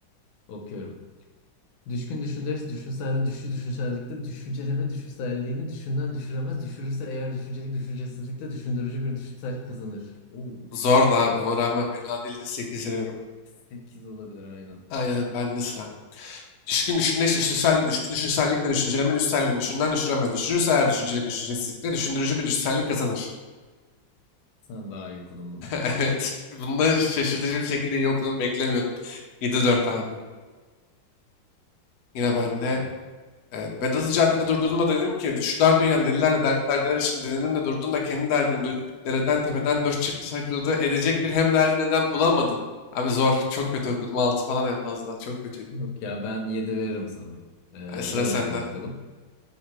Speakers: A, on the left; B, on the left.
A: Okuyorum. Düşkün düşündürüz, düşünselde düşü düşünsellikte düşünceleme düşünselliğini düşünden düşüremez. Düşürürse eğer düşüncelik düşüncesizlikte düşündürücü bir düşünsellik kazanır. Oo,
B: Zordu abi ona rağmen fena değildi 8 veriyorum.
A: 8 olabilir aynen.
B: Aynen bende sıra. Düşkün düşünce düşünsel düştü. Düşünsellik de düşünceleme düşselliğini düşünden düşüremez. Düşürürse eğer düşüncelik düşüncesizlikle düşündürücü bir düşünsellik kazanır.
A: Sen daha iyi okudun bunu.
B: <laughs> Evet. Bunda şaşırtıcı bir şekilde iyi okudum. Beklemiyordum. Yedi dört abi. Yine bende.
A: Evet.
B: Evet. Vedat'ı caddede durduğumda dedim ki şu dar dünyada delilerle dertli derdiler içinde delinin de durdun da kendi derdini döküp dereden tepeden dört çift takıldı edecek bir hem derdi neden bulamadın. Abi zor. Çok kötü okudum. altı falan en fazla. Çok kötüydü.
A: Yok ya ben 7 veririm sana. Ee,
B: Yani sıra
A: ben
B: sende.
A: okuyayım bakalım.